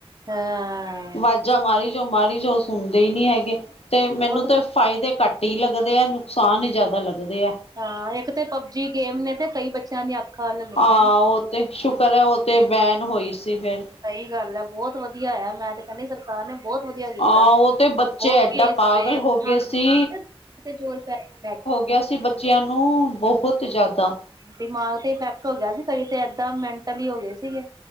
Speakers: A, on the right; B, on the left.
A: ਹਾਂ
B: ਵਾਜਾ ਮਾਰੀ ਜਾਓ-ਮਾਰੀ ਜਾਓ ਸੁਣਦੇ ਈ ਨੀ ਹੈਗੇ ਤੇ ਮੈਨੂੰ
A: ਹੋਰ
B: ਤੇ ਫੈਦੇ ਘੱਟ ਟ ਈ ਲੱਗਦੇ ਆ ਨੁਕਸਾਨ ਜਾਦਾ ਲੱਗਦੇ ਆ।
A: ਹਾਂ ਇੱਕ ਤੇ ਪਬਜੀ ਗੇਮ ਨੇ ਤੇ ਕਈ ਬੱਚਿਆਂ ਦੀਆਂ ਅੱਖਾਂ ਲੈ ਲਈਆਂ
B: ਹਾਂ
A: ਨੇ
B: ਓ ਤੇ ਸ਼ੁਕਰ ਹੈ ਓ ਤੇ ਬੈਨ ਹੋਈ ਸੀ ਫਿਰ
A: ਸਈ ਗੱਲ ਐ ਬੋਤ ਵਧੀਆ ਆ ਮੈਂ ਤੇ ਕੈਂਦੀ ਸਰਕਾਰ ਨੇ ਬੋਤ ਵਧੀਆ ਕੀਤਾ
B: ਹਾਂ ਉਹ ਤੇ ਬੱਚੇ
A: ਬੋਤ
B: ਐਡਾ
A: ਕੇਸ
B: ਪਾਗਲ
A: ਹੋਏ ਆਪਣਾ
B: ਹੋ ਗਏ ਸੀ
A: ਜਿਥੇ ਜ਼ੋਰ ਪੈ ਗਿਆ ਪੈ ਗਿਆ।
B: ਕਿਆ ਸੀ ਬੱਚਿਆਂ ਨੂੰ ਬਹੁਤ ਜ਼ਿਆਦਾ
A: ਦਿਮਾਗ ਤੇ ਇਫੈਕਟ ਹੋ ਗਿਆ ਸੀ ਕਈ ਤੇ ਏਦਾਂ ਮੈਂਟਲੀ ਹੋ ਗਏ ਸੀਗੇ।